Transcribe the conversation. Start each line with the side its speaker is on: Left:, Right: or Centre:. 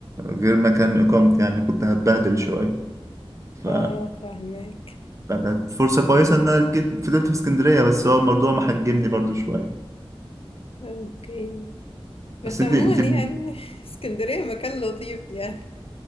Right: غير مكان اقامتي يعني كنت هتبهدل شويه ف
Left: اه فاهمك
Right: فكانت فرصة كويسة إن أنا جيت فضلت في اسكندرية بس هو الموضوع محجمني برضو شوية
Left: اوكي بس
Right: بس أنت
Left: عموما
Right: أنت
Left: يعني <laughs> اسكندريه مكان لطيف يعني